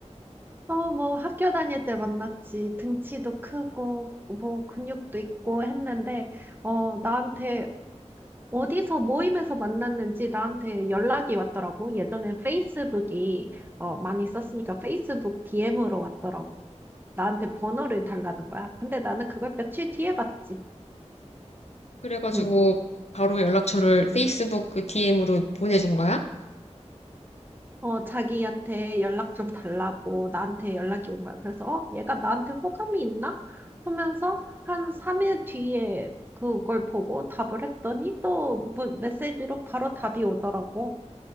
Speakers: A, on the right; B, on the left.
A: 어, 뭐, 학교 다닐 때 만났지. 등치도 크고, 뭐, 근육도 있고 했는데, 어, 나한테 어디서 모임에서 만났는지 나한테 연락이 왔더라고. 예전엔 페이스북이 어, 많이 썼으니까 페이스북 DM으로 왔더라고. 나한테 번호를 달라는 거야. 근데 나는 그걸 며칠 뒤에 봤지.
B: 그래가지고
A: 응.
B: 바로 연락처를 페이스북 그 DM으로 보내준 거야?
A: 어, 자기한테 연락 좀 달라고 나한테 연락이 온 거야. 그래서 어, 얘가 나한테 호감이 있나? 하면서 한 3일 뒤에 그걸 보고 답을 했더니 또 무- 메시지로 바로 답이 오더라고.